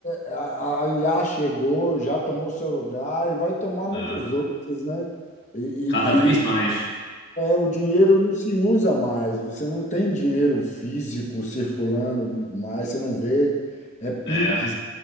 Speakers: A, on the left (about 35°); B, on the left (about 50°).
A: a, a IA chegou, já tomou seu lugar e vai tomar muitos
B: É.
A: outros, né? E,
B: Cada vez
A: e, e isso
B: mais.
A: é, o dinheiro não se usa mais, você não tem dinheiro físico circulando mais, você não vê, é Pix,
B: É,